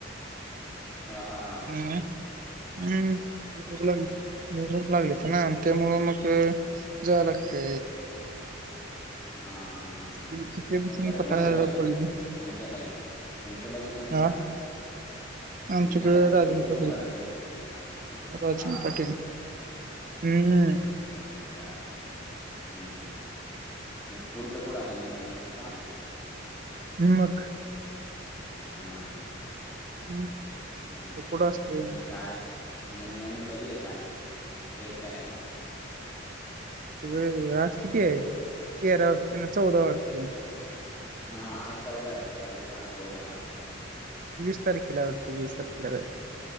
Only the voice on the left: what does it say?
हा हा हां
हा हा हा हा
तुमच्याकडे
कोण उभा राहिलाय
तुमच्या साईड तुमच्या बाजून कोण उभा
राहिलाय
तुमच्या साईड वरून
कोण
उभारलाय
हा हा
हा
हो काय, ह ह्! मग फुल सपोर्ट असाल ना त्यांना तमचा?
आ
अ
मग काय मग निवडणूक कधी आहे काय डेट काय आहे?
हा आज चौदा आहे वाटत तारीख हा चौदा